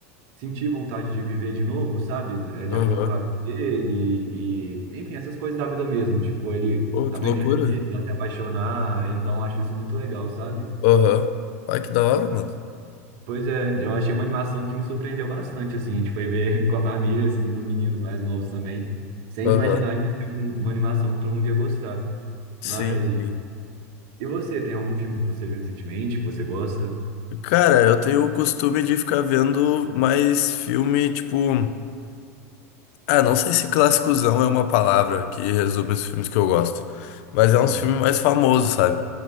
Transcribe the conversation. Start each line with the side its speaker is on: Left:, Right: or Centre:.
Right: sentir vontade de viver de novo, sabe? É, de
Left: Aham.
Right: acordo com a vida dele, e enfim, essas coisas da vida mesmo. Tipo, ele
Left: Pô,
Right: aprende
Left: que loucura.
Right: a ter medo, a se apaixonar, então eu acho isso muito legal, sabe?
Left: Aham. Ai, que da hora, mano.
Right: Pois é, eu achei uma animação que me surpreendeu bastante, assim, a gente foi ver <laughs> com a família, assim, com os meninos mais novos também, sem
Left: Aham.
Right: imaginar que ia ser um- uma animação que todo mundo ia gostar.
Left: Sim,
Right: Mas,
Left: sim.
Right: e você, tem algum filme que você viu recentemente, que você gosta?
Left: Cara, eu tenho o costume de ficar vendo mais filme, tipo. Ah, não sei se clássicozão é uma palavra que resume os filmes que eu gosto, mas é uns
Right: Uhum.
Left: filmes mais famosos, sabe?